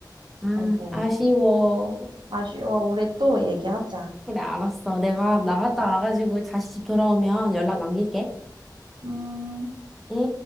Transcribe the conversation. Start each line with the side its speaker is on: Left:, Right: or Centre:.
Centre: 아,
Right: 아이고,
Centre: 아쉬워.
Right: 아쉬워. 우리 또 얘기하자.
Centre: 그래, 알았어. 내가 나갔다 와가지고 다시 집 돌아오면 연락 남길게.
Right: 음.
Centre: 응?